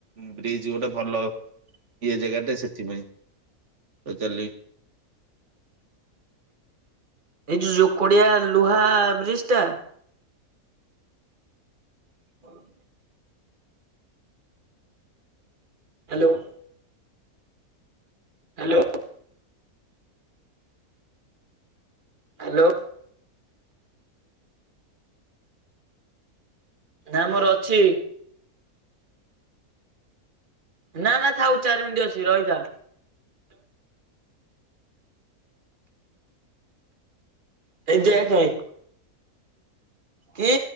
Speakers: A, on the right; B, on the right.
A: ବ୍ରିଜ ଗୋଟେ ଭଲ ଇଏ ଜାଗାଟେ ସେଥିପାଇଁ ପଚାରିଲି
B: ଏଇ ଯୋଉ ଯୋକଡିଆ ଲୁହା ବ୍ରିଜ ଟା। ହ <inaudible> ହ୍ୟାଲୋ। Hello hello. ନା ମୋର ଅଛି। ନା ନା ଥାଉ ଚାରି ମିନିଟ୍ ଅଛି ରହିଥା। ଏଇ ଦେଖେ କି